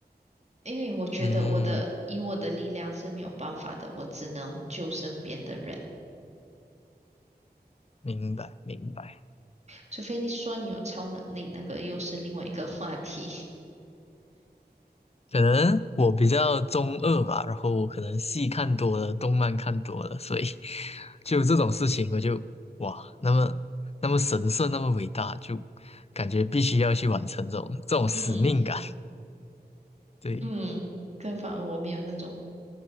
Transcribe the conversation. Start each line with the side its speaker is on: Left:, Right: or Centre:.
Right: 因为我觉得我的以我的力量是没有办法的，
Left: 嗯，
Right: 我只能救身边的人，
Left: 明白明白。
Right: 除非你说你有超能力，那个又是另外一个 <laughs> 话题。
Left: 可能我比较中二吧，然后我可能戏看多了，动漫看多了，所以 <laughs> 就这种事情，我就哇，那么那么神圣，那么伟大，就感觉必须要去完成这种这种使命感。
Right: <laughs> 嗯
Left: 对，
Right: 嗯，可反而我没有那种